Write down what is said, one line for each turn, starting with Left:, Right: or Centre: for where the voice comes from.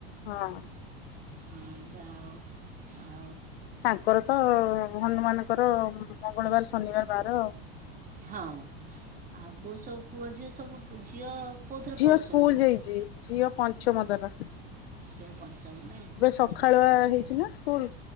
Left: ହଁ।
Right: ହଁ ଯା ହଉ ଆ
Left: ତାଙ୍କର ତ ହନୁମାନଙ୍କର ମଙ୍ଗଳବାର ଶନିବାର ବାର ଆଉ
Right: ହଁ। ଆଉ ପୁଅ ସବୁ ପୁଅ ଝିଅ ସବୁ ଝିଅ। କୋଉଥିରେ
Left: ଝିଅ
Right: ପଢ଼ୁଛନ୍ତି?
Left: ସ୍କୁଲ ଯାଇଛି ଝିଅ ପଞ୍ଚମ। ବାବା।
Right: ଝିଅର ପଞ୍ଚମ ନାଇଁ ହଁ
Left: ସକାଳୁଆ
Right: ହଁ,
Left: ହେଇଛି ନା ସ୍କୁଲ।